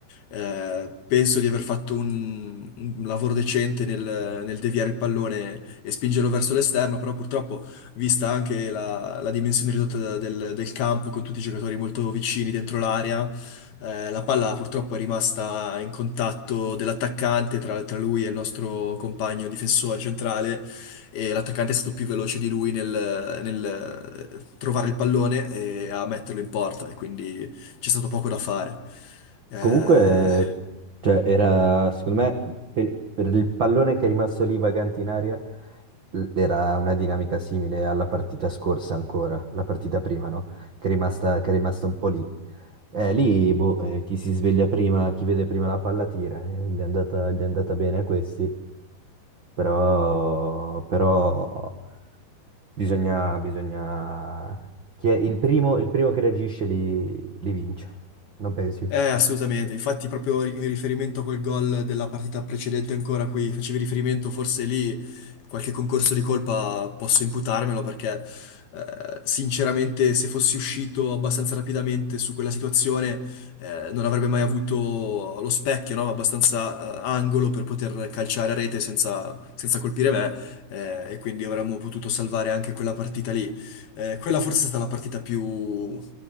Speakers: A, on the left; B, on the right.
A: Eh, penso di aver fatto un, un lavoro decente nel, nel deviare il pallone e spingerlo verso l'esterno, però purtroppo, vista anche la, la dimensione ridotta da- del, del campo, con tutti i giocatori molto vicini dentro l'area, eh, la palla purtroppo è rimasta in contatto dell'attaccante tra, tra lui e il nostro compagno difensore centrale e l'attaccante è stato più veloce di lui nel, nel, eh, trovare il pallone e a metterlo in porta e quindi c'è stato poco da fare. Eh,
B: Comunque, cioè, era, secondo me, per, per il pallone che è rimasto lì vagante in aria, l- era una dinamica simile alla partita scorsa ancora, la partita prima, no? Che è rimasta, che è rimasta un po' lì. Eh, lì, boh, eh, chi si sveglia prima, chi vede prima la palla tira, eh, gli è andata, gli è andata bene a questi. però, però bisogna, bisogna... Chi è il primo, il primo che reagisce li, li vince, non pensi?
A: Eh, assolutamente. Infatti, proprio in riferimento col gol della partita precedente ancora qui, facevi riferimento, forse lì qualche concorso di colpa posso imputarmelo perché eh, sinceramente se fossi uscito abbastanza rapidamente su quella situazione eh, non avrebbe mai avuto lo specchio, no? Abbastanza eh, angolo per poter calciare a rete senza, senza colpire me eh, e quindi avremmo potuto salvare anche quella partita lì. Eh, quella forse è stata la partita più,